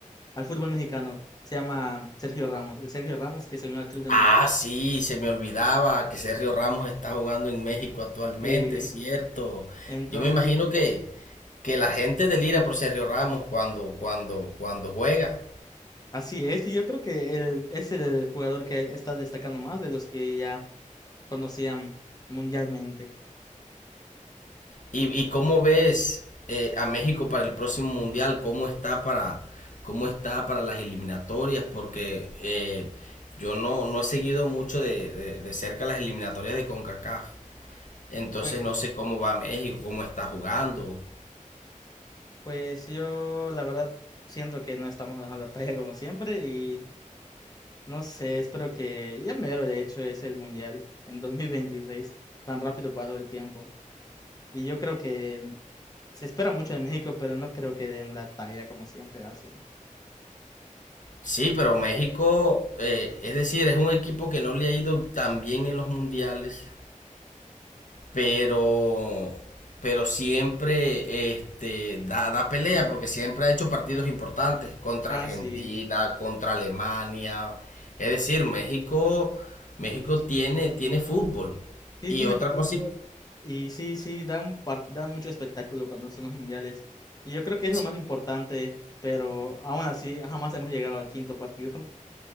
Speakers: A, on the left; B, on the left.
A: al fútbol mexicano. Se llama Sergio Ramos. El Sergio Ramos que se unió al club de
B: Ah,
A: Monterrey.
B: sí, se me olvidaba que Sergio Ramos está jugando en México actualmente,
A: Eh,
B: es cierto.
A: entonces,
B: Yo me imagino que, que la gente delira por Sergio Ramos cuando, cuando, cuando juega.
A: así es. Y yo creo que él es el jugador que está destacando más de los que ya conocían mundialmente.
B: ¿Y, y cómo ves eh, a México para el próximo mundial? ¿Cómo está para, cómo está para las eliminatorias? Porque eh, yo no, no he seguido mucho de, de- de cerca las eliminatorias de CONCACAF. Entonces
A: Pues,
B: no sé cómo va México, cómo está jugando.
A: pues yo, la verdad, siento que no estamos dando la talla como siempre. Y no sé, espero que ya mero, de hecho, es el mundial en 2026. Tan rápido pasó el tiempo. Y yo creo que se espera mucho de México, pero no creo que den la talla como siempre hacen.
B: Sí, pero México, eh, es decir, es un equipo que no le ha ido tan bien en los mundiales. pero, pero siempre este, da, da pelea porque siempre ha hecho partidos importantes contra
A: Ah,
B: Argentina,
A: sí.
B: contra Alemania. Es decir, México, México tiene, tiene fútbol.
A: Sí,
B: Y
A: tiene
B: otra
A: fútbol.
B: cosa, y-
A: Y sí, sí, da un par- da mucho espectáculo cuando son los mundiales. Y yo creo que es
B: sí,
A: lo más importante, pero aún así jamás hemos llegado al quinto partido. <laughs>